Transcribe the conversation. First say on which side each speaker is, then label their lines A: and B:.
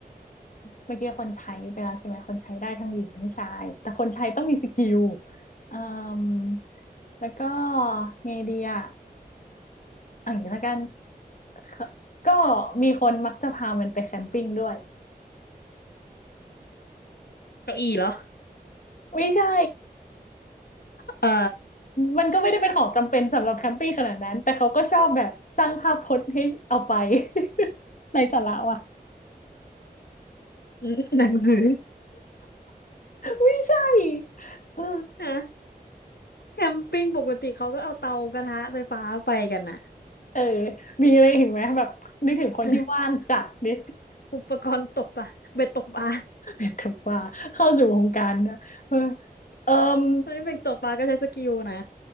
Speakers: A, on the left; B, on the left.
A: เมื่อกี้คนใช้ไปแล้วใช่ไหมคนใช้ได้ทั้งหญิงทั้งชายแต่คนใช้ต้องมีสกิลอืมแล้วก็ไงดีอะอาอย่างนี้ละกันก็ก็มีคนมักจะพามันไปแคมปิ้งด้วย
B: เก้าอี้เหรอ
A: ไม่ใช่
B: เอ่อ
A: มันก็ไม่ได้เป็นของจำเป็นสำหรับแคมปิ้งขนาดนั้นแต่เขาก็ชอบแบบสร้างภาพพจน์ให้เอาไป <laughs> ในสาระว่ะ
B: <laughs> หนังสือ
A: ไม่ใช่เออ
B: ฮะแคมปิ้งปกติเขาก็เอาเตากระทะไฟฟ้าไปกันนะ
A: เออมีอะไรอีกไหมแบบนึกถึงคนที่ว่างจัดดิ
B: <laughs> อุปกรณ์ตกปลาเบ็ดตกปลา
A: แต่ว่าเข้าสู่วงการนะเออเอม
B: เฮ้ยเป็นตกปลาก็ใช้สกิลนะ